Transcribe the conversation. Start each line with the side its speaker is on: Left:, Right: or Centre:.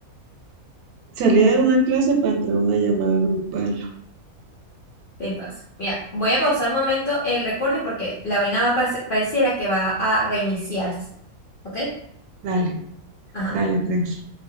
Right: Salía de una clase para entrar a una llamada grupal.
Left: Te pasa. Mira, voy a pausar un momento el recording porque la vaina va a parec- pareciera que va a reiniciarse. ¿Ok?
Right: Dale,
Left: Ajá.
Right: dale, tranqui.